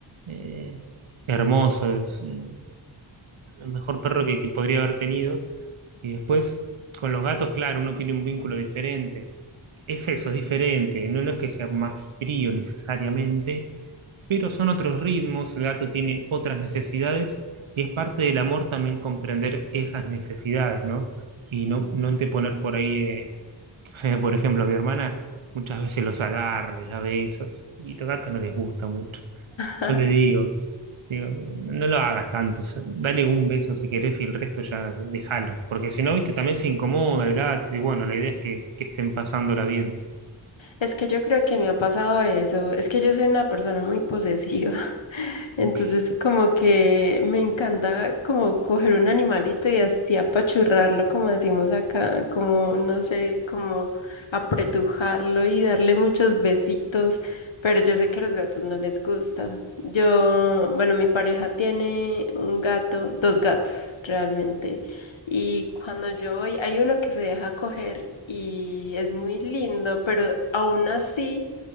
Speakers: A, on the right; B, on the left.
A: eh, hermoso, es, eh, el mejor perro que que podría haber tenido, y después con los gatos, claro, uno tiene un vínculo diferente es eso, es diferente. No, no es que sea más frío necesariamente, pero son otros ritmos, el gato tiene otras necesidades y es parte del amor también comprender esas necesidades, ¿no? Y no, no te poner por ahí, eh, <laughs> por ejemplo, a mi hermana muchas veces los agarra, les da besos y a los gatos no les gusta mucho.
B: Ah,
A: Yo le
B: sí.
A: digo, digo, no lo hagas tanto, o sea, dale un beso si querés y el resto ya déjalo, porque si no, viste, también se incomoda el gato y bueno, la idea es que, que estén pasándola bien.
B: Es que yo creo que me ha pasado eso. Es que yo soy una persona muy posesiva. <laughs> Entonces,
A: Ok.
B: como que me encanta como coger un animalito y así apachurrarlo, como decimos acá, como, no sé, como apretujarlo y darle muchos besitos. Pero yo sé que a los gatos no les gusta. Yo, bueno, mi pareja tiene un gato, dos gatos realmente. Y cuando yo voy, hay uno que se deja coger y es muy lindo, pero aún así,